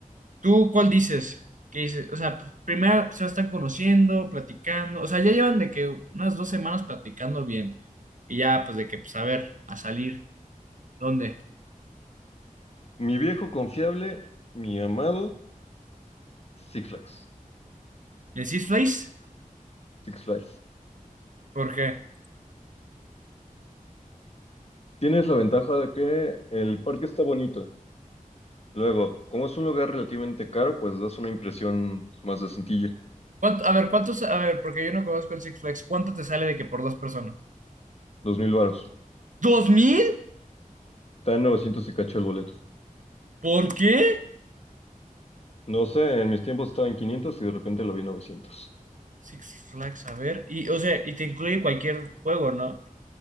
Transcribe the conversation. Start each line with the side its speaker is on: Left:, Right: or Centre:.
Right: ¿Tú cuál dices? ¿Qué dices? O sea, pues, primero se están conociendo, platicando, o sea, ya llevan de que unas dos semanas platicando bien y ya pues de que pues a ver, a salir, ¿dónde?
Left: Mi viejo confiable, mi amado Six Flags.
Right: ¿En el Six Flags?
Left: Six Flags.
Right: ¿Por qué?
Left: Tienes la ventaja de que el parque está bonito. Luego, como es un lugar relativamente caro, pues das una impresión más decentilla.
Right: ¿Cuánto- a ver, ¿cuántos? A ver, porque yo no conozco el Six Flags, ¿cuánto te sale de que por dos personas?
Left: Dos mil varos.
Right: ¿Dos mil?
Left: Está en novecientos y cacho el boleto.
Right: ¿Por qué?
Left: No sé, en mis tiempos estaba en 500 y de repente lo vi en 900.
Right: Six Flags, a ver, y o sea, y te incluye cualquier juego, ¿no?